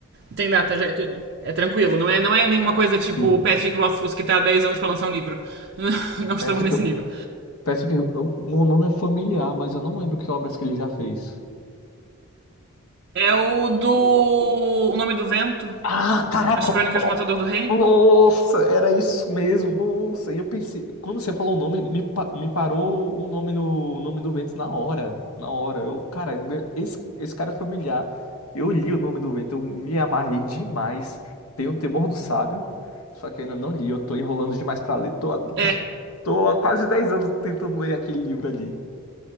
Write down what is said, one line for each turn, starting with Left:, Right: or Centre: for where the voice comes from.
Right: Tem data já, é tudo. É tranquilo, não é, não é nenhuma coisa tipo
Left: Sim.
Right: o Patrick Rothfuss que tá há 10 anos para lançar um livro. <laughs> Não estamos
Left: Patrick.
Right: nesse nível.
Left: Parece que eu- o nome é familiar, mas eu não lembro que obras que ele já fez.
Right: É o do. O Nome do Vento,
Left: Ah, caraca!
Right: As Crônicas do Matador do Rei.
Left: Nossa, era isso mesmo. Nossa, e eu pensei, quando você falou o nome, me, pa- me parou o nome no o nome do Vento na hora, na hora. Eu, cara, esse, esse cara é familiar. Eu li o nome do Vento, eu me amarrei demais. Tenho o Temor do Sábio, só que eu ainda não li. Eu tô enrolando demais pra ler. Tô há,
Right: É,
Left: tô há quase 10 anos tentando ler aquele livro ali.